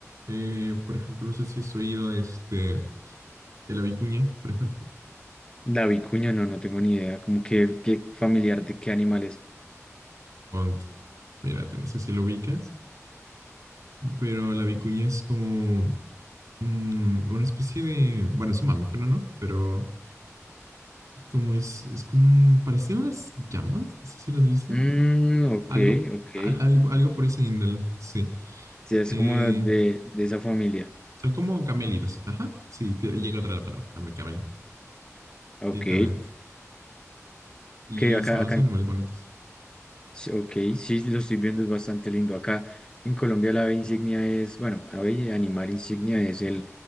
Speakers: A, on the right; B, on the left.
A: eh, por ejemplo, no sé si has oído este, el vicuña por ejemplo.
B: La vicuña, no, no tengo ni idea, como que, qué familiar de qué animal es.
A: Ponte, mírate, no sé si lo ubicas, pero la vicuña es como mm, una especie de, bueno, es un mamífero, ¿no? Pero como es, es como parecido a las llamas, no sé si las viste.
B: Mm, ok,
A: Algo,
B: ok.
A: al- algo, algo por esa índole, sí.
B: Sí, es
A: Eh,
B: como de, de esa familia.
A: son como camelitos, ajá, sí, que, y encontré la palabra, came- camelitos,
B: Ok,
A: directamente. Y
B: que acá,
A: son los
B: acá,
A: animales
B: en-
A: bonitos.
B: sí, ok, sí, lo estoy viendo, es bastante lindo. Acá en Colombia la ave insignia es, bueno, ave y animal insignia es el,